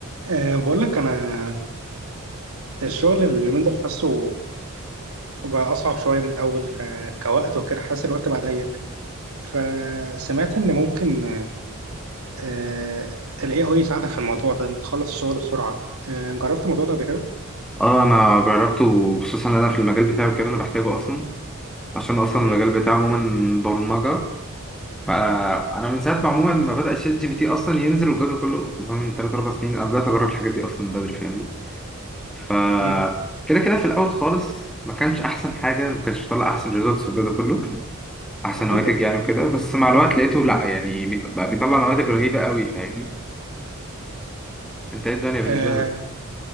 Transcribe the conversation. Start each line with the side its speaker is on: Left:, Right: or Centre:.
Right: أه بقول لك انا الشغل اليومين دول حاسه بقى اصعب شويه من الاول ك... كوقت وكده حاسس الوقت بقى ضيق فسمعت ان ممكن أه ال AI يساعدك في الموضوع ده انت تخلص الشغل بسرعه أه جربت الموضوع ده قبل كده
Centre: اه انا جربته وخصوصا انا في المجال بتاعي وكده انا بحتاجه اصلا عشان اصلا
Right: مم.
Centre: المجال بتاعي عموما برمجه فانا من ساعه ما عموما ما بدا شات جي بي تي اصلا ينزل والجو ده كله اللي هو من 3 4 سنين انا بدات اجرب الحاجات دي اصلا من بدري فاهمني ف
Right: مم.
Centre: كده كده في الاول خالص ما كانش احسن حاجه ما كانش بيطلع احسن ريزلتس والجو ده كله احسن
Right: اكيد
Centre: نواتج
Right: اه
Centre: يعني وكده بس مع الوقت لقيته لا يعني بيط- بقى بيطلع نواتج رهيبه قوي فاهمني انت ايه الدنيا بالنسبه
Right: آه،
Centre: لك؟